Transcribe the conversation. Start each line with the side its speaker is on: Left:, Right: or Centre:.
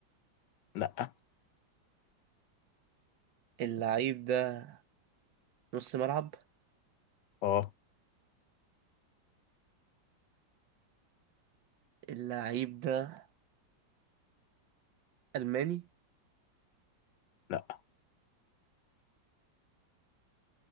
Left: لا
Right: اللعيب ده نص ملعب
Left: اه
Right: اللعيب ده الماني
Left: لا